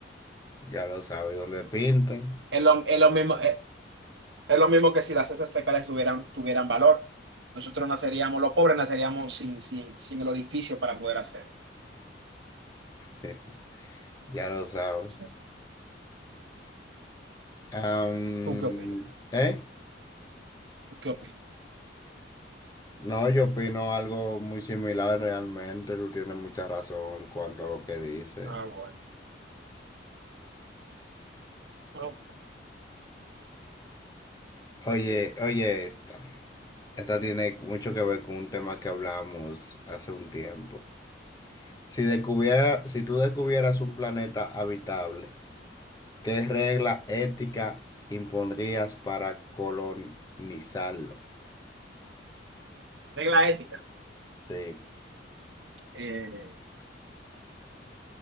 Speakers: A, on the left; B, on the right.
A: ya lo sabe. ¿Dónde pinten? <laughs>
B: Es lo, es lo mismo, es, es lo mismo que si las heces fecales tuvieran, tuvieran valor. Nosotros naceríamos, los pobres naceríamos sin, sin, sin el orificio para poder hacerlo.
A: Sí, ya lo sabe.
B: Sí.
A: Am,
B: ¿Tú qué opinas?
A: ¿eh?
B: ¿Tú qué opinas?
A: No, yo opino algo muy similar realmente. Tú tienes mucha razón en cuanto a lo que dices.
B: Ah, bueno. Pero,
A: Oye, oye esta. Esta tiene mucho que ver con un tema que hablamos hace un tiempo. Si descubiera, si tú descubieras un planeta habitable, ¿qué regla ética impondrías para colonizarlo?
B: regla ética.
A: Sí,
B: Eh,